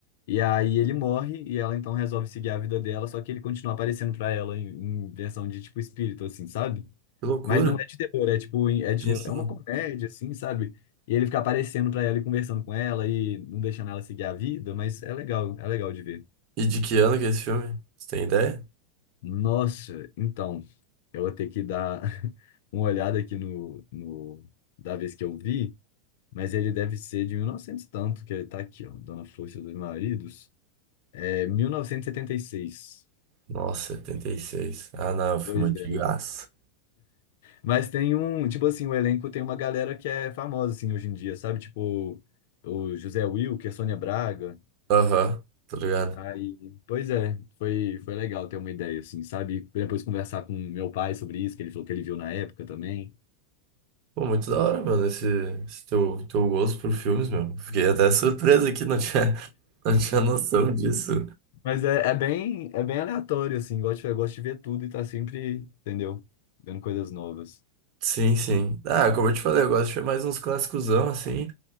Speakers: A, on the left (about 60°); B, on the right (about 40°).
A: e aí ele morre e ela então resolve seguir a vida dela, só que ele continua aparecendo pra ela em, em versão de tipo espírito, assim, sabe?
B: Que loucura.
A: Mas não é de terror, é tipo, é, de,
B: Sim,
A: é
B: sim.
A: uma comédia, assim, sabe? E ele fica aparecendo pra ela e conversando com ela e não deixando ela seguir a vida, mas é legal, é legal de ver.
B: E de que ano que é esse filme? Você tem ideia?
A: Nossa, então, eu vou ter que dar <laughs> uma olhada aqui no, no da vez que eu vi, mas ele deve ser de 1900 e novecentos e tanto, que ele tá aqui, ó, Dona Flor e seus dois maridos. É 1976.
B: Nossa, setenta e seis Ah, não, é um filme
A: Pois
B: antigaço.
A: é. Mas tem um, tipo assim, o elenco tem uma galera que é famosa assim hoje em dia, sabe? Tipo o José Wilker, Sônia Braga.
B: Aham, tá ligado?
A: Aí, pois é, foi foi legal ter uma ideia assim, sabe? Depois conversar com meu pai sobre isso, que ele falou que ele viu na época também.
B: Pô, muito da hora, mano, esse, esse teu, teu gosto por filmes, meu. Fiquei até surpreso aqui, não tinha, <laughs> não tinha noção disso.
A: Mas é, é bem, é bem aleatório, assim. Gosto, eu gosto de ver tudo e tá sempre, entendeu? Vendo coisas novas.
B: Sim, sim. Ah, como eu te falei, eu gosto de ver mais uns clássicosão, assim.